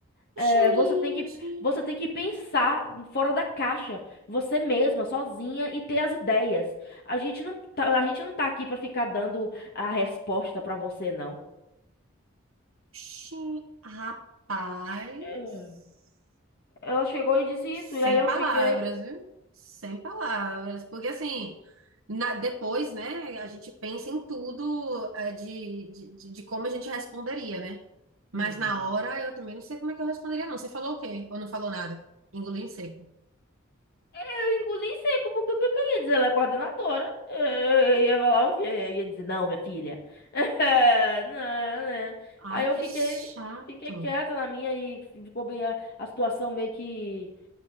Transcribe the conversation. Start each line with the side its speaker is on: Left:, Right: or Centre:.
Left: É,
Right: Gente,
Left: você tem que, você tem que pensar fora da caixa, você mesma, sozinha e ter as ideias. A gente não tá, a gente não tá aqui pra ficar dando a resposta pra você, não.
Right: gente, rapaz,
Left: É. Ela chegou e disse isso,
Right: sem
Left: e aí eu
Right: palavras,
Left: fiquei.
Right: viu? Sem palavras, porque assim, na- depois, né, a gente pensa em tudo eh, de, de, de de como a gente responderia, né? Mas
Left: Uhum.
Right: na hora eu também não sei como é que eu responderia, não. Você falou o quê? Ou não falou nada? Engoliu em seco.
Left: Eu engoli em seco, porque o que que eu ia dizer? Ela é coordenadora. É, Eu ia falar o quê? Eu ia dizer, não, minha filha. <laughs> Não, né?
Right: Ai,
Left: Aí eu
Right: que
Left: fiquei,
Right: chato.
Left: fiquei quieta na minha e ficou bem a, a situação meio que.